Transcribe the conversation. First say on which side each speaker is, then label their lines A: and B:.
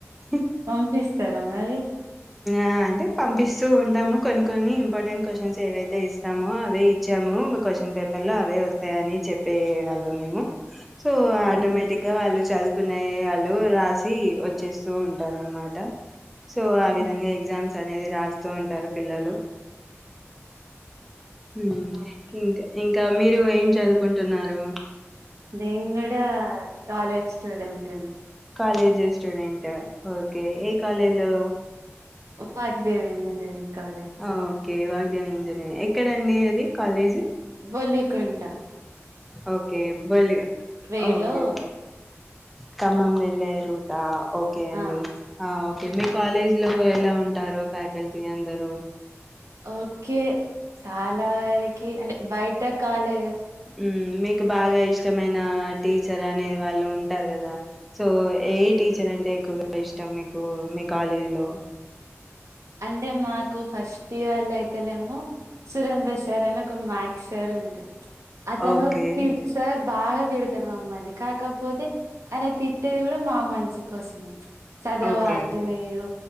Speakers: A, in the centre; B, on the right.
A: హ్మ్.
B: పంపిస్తారా మరి
A: ఆ! అంటే పంపిస్తూ ఉంటాము కొన్ని కొన్ని ఇంపార్టెంట్ క్వశ్చన్స్ ఏవైతే ఇస్తామో అవే ఇచ్చాము, క్వశ్చన్ పేపర్ లో అవే వస్తాయని చెప్పే వాల్లం మేము సో
B: హుహు.
A: ఆటోమేటిక్ గా వాళ్ళు చదువు కున్నై వాళ్ళు రాసి వచ్చేస్తూ ఉంటారు అనమాట సో ఆ
B: హ్మ్.
A: విధంగా ఎగ్సామ్స్ త్ అనేది రాస్తూ ఉంటారు పిల్లలు హుమ్
B: ఓకే.
A: ఇంక ఇంకా మీ <unintelligible> ఏం చదు కుంటున్నారు
B: నేను గూడా కాలేజ్ స్టూడెంట్ అన్
A: కాలేజీ స్టూడెంట్ ఆ ఓకే ఏ కాలేజ్ లో
B: వాగ్దేవ్ ఇంజినీరింగ్ కాలేజ్.
A: ఆ ఓకే వాళ్ళు దేవి ఇంజనీ ఎక్కడండి అది కాలేజ్
B: బొలికొంటా
A: ఓకే బెల్లిగా
B: వేలో
A: ఓకే ఖమ్మం వెళ్ళారు ఓకే
B: ఆ!
A: అండి ఆ అే మీ కాలేజ్ లో ఎలా ఉంటారు ఫ్యాకల్టీ అందరూ
B: ఓకే చా కాలా వరకి అంటే బయట కాలేజస్
A: మ్మ్ మీకు బాగా ఇష్టమైన టీచర్ అనేది వాళ్ళుంటారు కదా సో ఏ ఏ టీచర్ అంటే ఎక్కువగా ఇష్టం మీకు మీ కాలేజీ లో
B: అంటే మాకు ఫస్ట్ ఇయర్ లైఫ్ అయితేనేమో సురేంద్ర సార్ అని ఒక మ్యాథ్స్ సార్ ఉంటారు అదను
A: ఓకే
B: తిర్ సార్ బాగా తిడతాడు మమ్మల్ని కాకపోతే అయం తిట్టేది కూడా మా మంచి కోసమే చదవాలి
A: ఓకే
B: మీరు